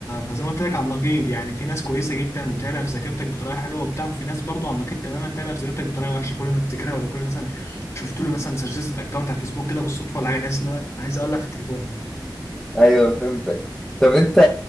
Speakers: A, on the left; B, in the centre.
A: فزي ما قلت لك على النقيض يعني في ناس كويسه جدا وتعلق في ذاكرتك بطريقه حلوه وبتاع وفي ناس برضو على النقيض تماما تعلق في ذاكرتك بطريقه وحشه كل ما تفتكرها ولا كل مثلا شفت له مثلا سجلت اكونت على الفيسبوك كده بالصدفه ولا حاجه تحس ان انا عايز اولع في التليفون
B: ايوه فهمتك طب انت